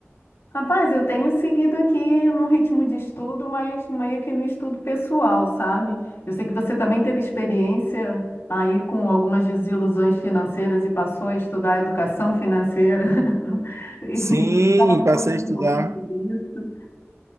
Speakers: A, on the left (about 55°); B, on the right (about 85°).
A: Rapaz, eu tenho seguido aqui no ritmo de estudo, mas meio que no estudo pessoal, sabe? Eu sei que você também teve experiência aí com algumas desilusões financeiras e passou a estudar educação financeira. <laughs> E
B: Sim,
A: você estava me
B: passei
A: contando
B: a estudar.
A: um pouquinho sobre isso.